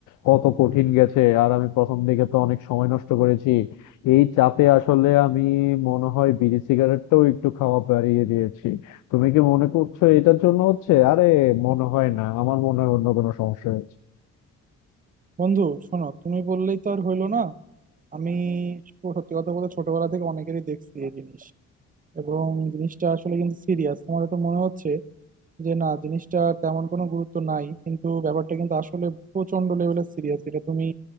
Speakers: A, on the left (about 80°); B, on the right (about 25°).
A: কত কঠিন গেছে আর আমি প্রথম দিকে তো অনেক সময় নষ্ট করেছি এই চাপে আসলে আমি মনে হয় বিড়ি সিগারেটটাও একটু খাওয়া বাড়িয়ে দিয়েছি তুমি কি মনে করছো এটার জন্য হচ্ছে আরে মনে হয় না আমার মনে হয় অন্য কোনো সমস্যা হয়েছে
B: বন্ধু শোনো তুমি বললেই তো আর হইলো না আমি সত্যি কথা বলতে ছোটবেলা থেকে অনেকেরই দেখছি এই জিনিস এবং জিনিসটা আসলে কিন্তু সিরিয়াস তোমার তো মনে হচ্ছে যে না জিনিসটা তেমন কোনো গুরুত্ব নাই কিন্তু ব্যাপারটা কিন্তু আসলে প্রচন্ড লেভেলের সিরিয়াস যেটা তুমি